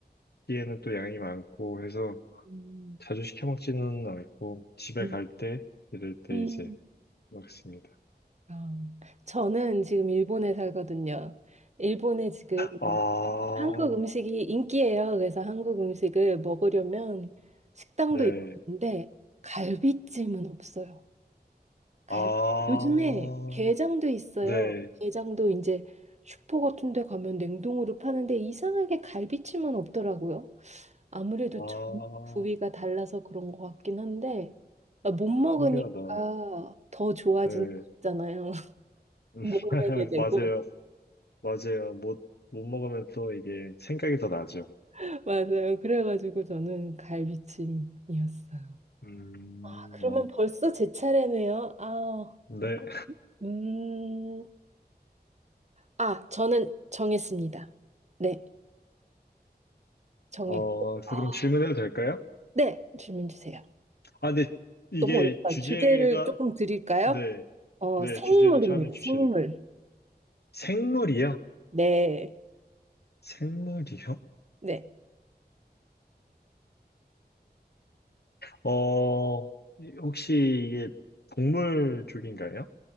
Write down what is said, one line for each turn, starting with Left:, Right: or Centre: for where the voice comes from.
Left: 먹기에는 또 양이 많고 해서
Right: 음,
Left: 자주 시켜 먹지는 않고 집에
Right: 음.
Left: 갈 때 이럴 때
Right: 음.
Left: 이제 먹습니다.
Right: 아, 저는 지금 일본에 살거든요. 일본에 지금
Left: 아,
Right: 한국 음식이 인기예요. 그래서 한국 음식을 먹으려면 식당도
Left: 네.
Right: 있고 그런데 갈비찜은 없어요. 갈
Left: 아,
Right: 요즘에 게장도 있어요.
Left: 네.
Right: 게장도 이제 슈퍼 같은 데 가면 냉동으로 파는데 이상하게 갈비찜은 없더라고요. 아무래도
Left: 아,
Right: 전 부위가 달라서 그런 것 같긴 한데 아, 못 먹으니까
Left: 신기하다.
Right: 더 좋아지는
Left: 네.
Right: 거 있잖아요. <laughs>
Left: <laughs>
Right: 못 먹게 되고.
Left: 맞아요. 맞아요. 못, 못 먹으면 또 이게 생각이 더 나죠.
Right: <laughs> 맞아요. 그래가지고 저는 갈비찜이었어요.
Left: 음,
Right: 아, 그러면
Left: 어,
Right: 벌써 제 차례네요. 아,
Left: 네.
Right: 음, 아, 저는 정했습니다. 네. 정했고.
Left: 어, 그럼
Right: 아.
Left: 질문해도 될까요?
Right: 네, 질문 주세요.
Left: 아, 근데 이게
Right: 너무 어렵다.
Left: 주제가,
Right: 주제를 조금 드릴까요?
Left: 네.
Right: 어,
Left: 네,
Right: 생물입니다.
Left: 주제를 처음에 주셔야
Right: 생물.
Left: 돼요. 생물이요?
Right: 네,
Left: 생물이요?
Right: 네,
Left: 어, 이- 혹시 이게 동물 쪽인가요?